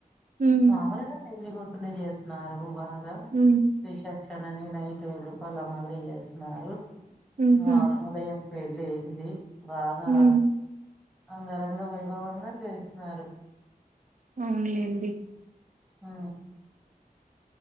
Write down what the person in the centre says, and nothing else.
మాములే పెళ్లి కొడుకునే చేస్తున్నారు బాగా
ర విష క్షణాని నైట్ ఐదు రూపాల లాభం మాదిరి చేస్తున్నారు
మా ఉదయం పెళ్ళి అయింది బాగా
అంగ రంగ వైభవంగా రన్ చేస్తున్నారు
ఆ